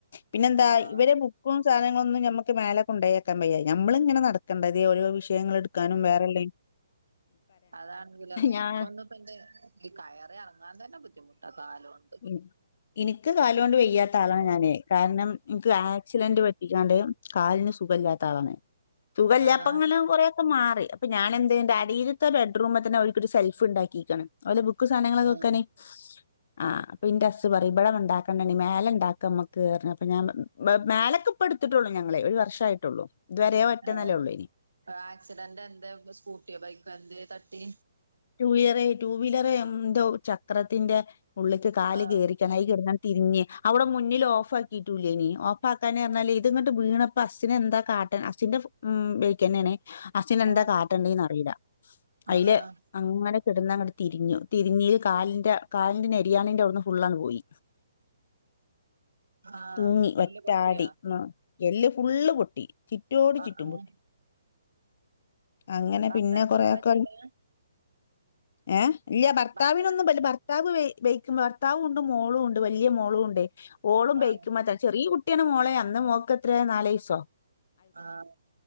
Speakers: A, on the left; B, on the right.
A: പിന്നെന്താ
B: ആഹ്
A: ഇവരെബു ക്കും സാധങ്ങളെന്നും ഞമ്മക്ക് മേലേകൊണ്ടൊയോക്കാൻ വെയ്യ ഞ മ്മളിങ്ങനെ നടക്കണ്ടേതി ഓരോവിശ് യങ്ങള് ഇട്ക്കാനും വേറെളെയ്
B: അതാണെങ്കിലോ
A: ഞാൻ
B: ഇക്കൊന്ന്പിന്റെ ഈ കയറിഎറങ്ങാൻ തെന്നെ ബുദ്ധിമുട്ടാകാലോണ്ട്.
A: മം ഇൻക്ക് കാലോണ്ട് വെയ്യാത്ത ആളാണ്
B: വട്ടം
A: ഞാന് കാരണം ഇൻക്ക്അ സ്ലന്റ് പറ്റിക്കാണ്ട് കാലിന് സുഖല്ല്യാത്ത ആളാണ് സുഖല്ല്യാപ്പങ്ങുളും
B: ആഹ്
A: കൊറെ പമാറി അപ്പ ഞാന് എന്തേയ്ന്റ് അടീലെത്തെ ബെഡ്റൂമിൽതെന്നെ ഓൽക്കൊരു സെൽഫ് ഇണ്ടാക്കീക്ണ്. ഓലെ ബുക്ക്സാനങ്ങളൊക്കെ
B: ആഹ്
A: വെക്കന് ആ അപ്പ്ന്റെ ഹസ്സ് പറയിം ഇപടെ ഇണ്ടാക്കണ്ടണി മേലെ ഇണ്ടാക്കാം അമ്മക്ക്അപ്പൊ ഞാൻ വെ മേലക്ക് ഇപ്പോട്ത്ട്ടൊള്ളു ഞങ്ങളെയ് ഒര് വർഷയിട്ടൊള്ളൂ. ഇദ് വെരെ ഒറ്റന്നിലഒള്ളയ്നിം.
B: ആഹ് ആഹ് ആക്സിഡന്റ് എന്തേ സ്കൂട്ടിയോ ബൈക്കോ എന്തേതട്ടി
A: റ്റുഇയറെയ് റ്റു വീലെറെന്തോ ചക്രത്തിന്റെ ഉള്ള്ക്ക് കാല്കേറി
B: ആഹ്
A: അയ്കെടന്നട് തിരിഞ്ഞ് അവുടെ മുന്നിൽ ഓഫാക്കിയിട്ടൂല്ലെയ്നി ഓഫാക്കാന് പർഞ്ഞാല് ഇതിങ്ങട്ട് വീണ ഹസ്സിന് എന്താകാട്ടാ അസ്സിന്റെ മം ബെയ്ക്കെന്നെണ്. അസ്സിനെന്താ
B: ആഹ്
A: കാട്ടേണ്ടീന്ന് അറീല
B: ആഹ്
A: അയ് ല്
B: ആഹ്
A: അങ്ങനെ കിടുന്നങ്ങ തിരിഞ്ഞു തിരിഞ്ഞീല് കാലിന്റെ കാലിന്റെ നേരി ണിന്റെറ അവുട്ന്ന്ഫുൾണ് പോയി.
B: <inaudible>
A: തൂങ്ങി വറ്റാടി
B: എല്ല് പൊട്ടിയോ
A: മ് എല്ല് ഫുള്ള്പൊട്ടി ചി റ്റോട്ചിറ്റുംപൊട്ടി
B: ആഹ് ആഹ്
A: അങ്ങനെപിന്നെ
B: ഭർത്താവിനൊന്നും
A: കൊറെയൊക്കെ
B: പറ്റിയില്ല
A: ഏഹ് ഇല്ല്യ ഭർത്താവിനൊന്നുംഭൽ
B: ഭർത്ത
A: ഭർ ഭർത്താവ്ബെയ് ബേയ്ക്മ്മേ ഭർത്താവൂണ്ട് മോളൂണ്ട് വല്ല്യാ മോളൂണ്ടേയ് ഓളും
B: ആഹ്
A: ബെയ്കുമ്മേത ചെറിയകു കുട്ടിയാണ് മോളെ അന്ന് മോകേത്രെ നാലെയ്സോ
B: ആആ